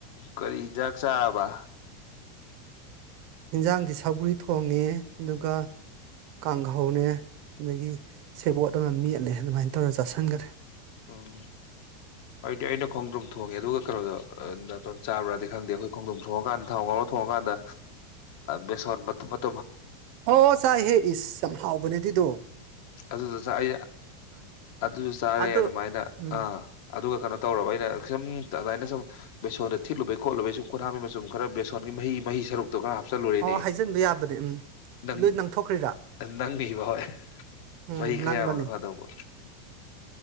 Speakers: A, on the left; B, on the right.
A: ꯀꯔꯤꯖꯥꯛ ꯆꯥꯔꯕ
B: ꯑꯦꯟꯖꯥꯡꯗꯤ ꯁꯒꯔꯤ ꯊꯣꯡꯉꯦ ꯑꯗꯨꯒ ꯀꯥꯡꯍꯧꯅꯦ ꯑꯗꯒꯤ ꯁꯦꯕꯣꯠ ꯑꯃ ꯃꯦꯠꯂꯦ ꯑꯗꯨꯃꯥꯏꯅ ꯇꯧꯔꯒ ꯆꯥꯁꯤꯟꯈꯔꯦ
A: ꯎꯝ ꯑꯩꯗꯤ ꯑꯩꯅ ꯈꯣꯡꯗ꯭ꯔꯝ ꯊꯣꯡꯉꯦ ꯑꯗꯨꯒ ꯀꯩꯅꯣꯗꯣ ꯅꯥꯇꯣꯟ ꯆꯥꯕ꯭ꯔꯥꯗꯤ ꯈꯪꯗꯦ ꯑꯩꯈꯣꯏ ꯈꯣꯡꯗꯣꯝ ꯊꯣꯡꯉꯀꯥꯟꯗ ꯊꯥꯎ ꯉꯥꯎꯔ ꯊꯣꯡꯉꯀꯥꯟꯗ ꯕꯦꯁꯣꯠ ꯃꯇ
B: ꯑꯣ ꯆꯥꯏꯍꯦ ꯏꯁ ꯌꯥꯝ ꯍꯥꯎꯕꯅꯦ ꯑꯗꯨꯗꯣ
A: ꯑꯗꯨꯗ ꯆ ꯑꯩ ꯑꯗꯨꯁꯨ ꯆꯥꯔꯦ
B: ꯑꯗꯣ
A: ꯑꯗꯨꯃꯥꯏꯅ
B: ꯎꯝ
A: ꯑꯥ ꯑꯗꯨꯒ ꯀꯩꯅꯣ ꯇꯧꯔꯕ ꯑꯩꯅ ꯁꯨꯝ ꯑ ꯑꯗꯨꯃꯅ ꯁꯨꯝ ꯕꯦꯁꯣꯟꯗ ꯊꯤꯠꯂꯨꯕꯩꯣꯂꯨꯕ ꯁꯨꯝ ꯈꯣꯊ ꯍꯥꯝꯃꯤꯕ ꯈꯔ ꯕꯦꯁꯣꯟꯒꯤ ꯃꯍꯤ ꯃꯍꯤ ꯁꯔꯨꯛ ꯇꯨ ꯈꯔ ꯍꯥꯞꯆꯜꯂꯨꯔꯦꯅꯦ
B: ꯑꯣ ꯍꯥꯏꯖꯤꯟꯕ ꯌꯥꯕꯅꯦ ꯎꯝ
A: ꯅꯪ
B: ꯂꯣꯏ ꯅꯪꯊꯣꯛꯈ꯭ꯔꯤꯔꯥ
A: ꯅꯪꯅꯤꯕ ꯍꯣꯏ
B: ꯎꯝ
A: ꯋꯥ ꯈꯌꯥ
B: ꯅꯪꯕꯅꯤ
A: ꯑꯃ ꯐꯗꯧꯕ